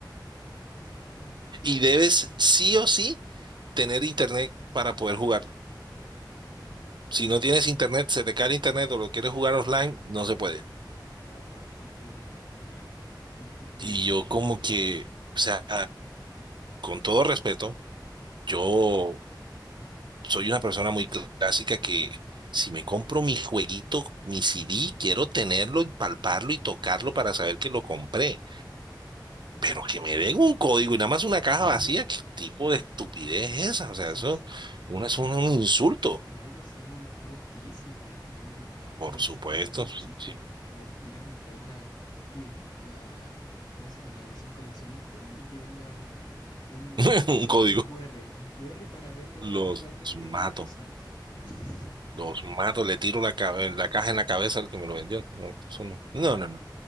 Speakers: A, on the left (about 70°); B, on the right (about 70°).
A: Ah,
B: Y debes sí o sí tener internet para poder jugarlo. Si no
A: qué,
B: tienes internet, se te cae internet o lo quieres jugar offline, no se puede.
A: oh, qué terrible. De
B: Y
A: verdad.
B: yo como que, o sea, con todo respeto, yo soy una persona muy clásica que si me compro mi jueguito, mi CD, quiero tenerlo y palparlo y tocarlo para saber que lo compré. Pero que me den un código y nada más una caja
A: <laughs>
B: vacía, ¿qué tipo de estupidez es esa? O
A: O
B: sea,
A: sea,
B: eso
A: sí,
B: una- es un insulto.
A: por algo se llama un juego físico al final y al cabo.
B: Por
A: Es,
B: supuesto,
A: ese es el
B: sí,
A: chiste.
B: sí.
A: O ir a comprar la, ¿qué? La, ¿cómo se llama? La edición coleccionista y que venga un
B: <laughs>
A: código,
B: Un código.
A: un QR, un QR para verlo
B: No,
A: virtualmente
B: los mato,
A: un personaje. <laughs>
B: los mato, le tiro la, cabe- la caja en la cabeza al que me lo vendió. No, eso no, no, no. no.